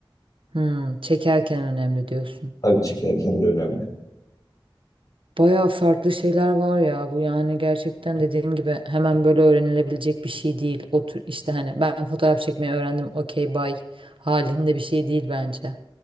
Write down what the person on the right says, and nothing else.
Hmm, çekerken önemli diyorsun.
Bayağı farklı şeyler var ya bu yani gerçekten dediğim gibi hemen böyle öğrenilebilecek bir şey değil. Otur işte hani ben fotoğraf çekmeyi öğrendim okey bay halinde bir şey değil bence.